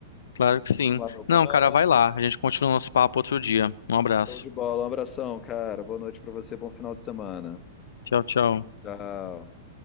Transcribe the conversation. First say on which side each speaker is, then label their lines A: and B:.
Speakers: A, on the left (about 85°); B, on the left (about 25°).
A: Claro que sim.
B: Tomar meu banho,
A: Não, cara, vai lá. A gente continua o nosso papo outro dia. Um abraço.
B: show de bola. Um abração, cara. Boa noite para você, bom final de semana.
A: Tchau, tchau.
B: Tchau.